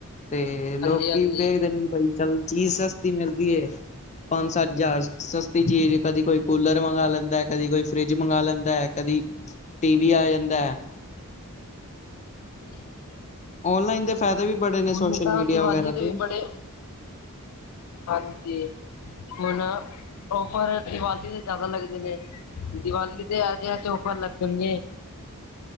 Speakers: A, on the left; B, on the left.
A: ਤੇ ਲੋਕੀ
B: ਹਾਂਜੀ ਹਾਂਜੀ
A: ਵੇਖਦੇ ਨੇ ਕਿ ਭਾਈ ਚੱਲ ਚੀਜ਼ ਸਸਤੀ ਮਿਲਦੀ ਪੰਜ -ਸੱਤ ਹਜ਼ਾਰ ਸਸਤੀ ਚੀਜ਼ ਕਦੀ ਕੋਈ ਕੂਲਰ ਮੰਗਾ ਲੈਂਦਾ ਹੈ, ਕਦੀ ਕੋਈ ਫਰਿਜ ਮੰਗਾ ਲੈਂਦਾ ਹੈ, ਕਦੀ ਟੀਵੀ ਆ ਜਾਂਦਾ ਹੈ।
B: <inaudible> <inaudible>
A: ਔਨਲਾਈਨ ਦੇ ਫਾਇਦੇ ਵੀ ਬੜੇ ਨੇ
B: ਹੁਣ
A: ਸੋਸ਼ਲ
B: ਤਾਂ
A: ਮੀਡੀਆ
B: ਦੀਵਾਲੀ
A: ਵਗੈਰਾ
B: ਤੇ
A: ਦੇ
B: ਵੀ ਬੜੇ ਹਾਂਜੀ। ਹੁਣ ਉਫਰ ਦੀਵਾਲੀ ਦੇ ਜ਼ਿਆਦਾ ਲੱਗਦੇ ਨੇ। ਦੀਵਾਲੀ ਤੇ ਅਸੇ -ਅਸੇ ਉਫਰ ਲੱਗਦੇ ਨੇ